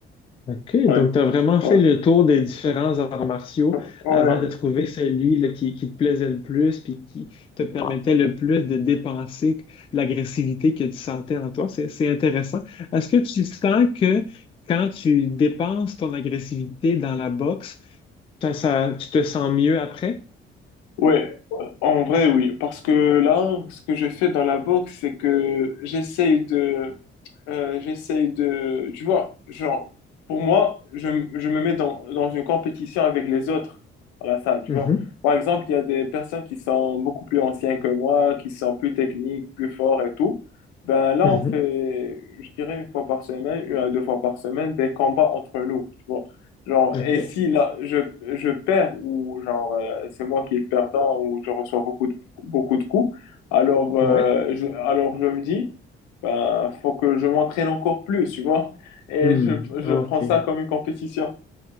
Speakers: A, on the left (about 20°); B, on the left (about 65°).
A: OK,
B: Ouais,
A: donc tu as vraiment
B: ouais,
A: fait le tour des différents arts martiaux
B: <laughs> ouais.
A: avant de trouver celui là, qui, qui te plaisait le plus puis qui te permettait le plus de dépenser l'agressivité que tu sentais en toi. C'est, c'est intéressant. Est-ce que tu sens que quand tu dépenses ton agressivité dans la boxe, ça, ça- tu te sens mieux après?
B: Ouais, en vrai, oui. Parce que là, ce que je fais dans la boxe, c'est que j'essaye de, euh, j'essaye de... Tu vois, genre, pour moi, je, m- je me mets dans, dans une compétition avec les autres à la salle, tu
A: Mhm,
B: vois. Par exemple, il y a des personnes qui sont beaucoup plus anciennes que moi, qui sont plus techniques, plus forts et tout. Ben là,
A: mhm.
B: on fait, je dirais, une fois par semaine, une à deux fois par semaine, des combats entre nous, tu vois. Genre,
A: OK.
B: et si là, je, je perds ou genre, euh, c'est moi qui est le perdant ou je reçois beaucoup de, beaucoup de coups, alors, euh,
A: Ouais.
B: je, alors je me dis... Ben, faut que je m'entraîne encore plus, tu vois. Et
A: Hmm,
B: je, je
A: OK.
B: prends ça comme une compétition.